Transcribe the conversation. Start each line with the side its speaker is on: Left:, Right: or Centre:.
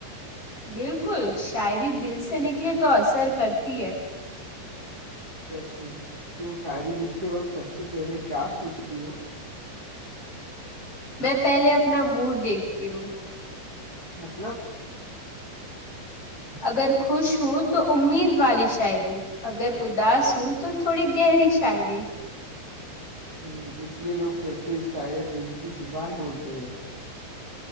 Left: بالکل شاعری دل سے نکلے تو اثر کرتی ہے <unintelligible>
Right: سچ میں تم شاعری لکھتے وقت سب سے پہلے کیا سوچتی ہو <unintelligible>
Left: میں پہلے اپنا موڈ دیکھتی ہوں <unintelligible>
Right: مطلب <inaudible>
Left: اگر خوش ہوں تو امید والی شاعری اگر اداس ہوں تو تھوڑی گہری شاعری <unintelligible>
Right: ہوں اس لیے لوگ <unintelligible> کہتے عیسار دل کی زبان بولتے ہیں <unintelligible>